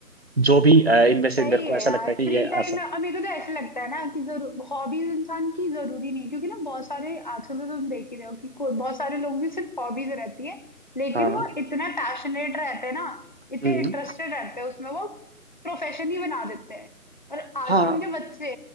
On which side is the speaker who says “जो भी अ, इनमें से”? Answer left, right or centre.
Right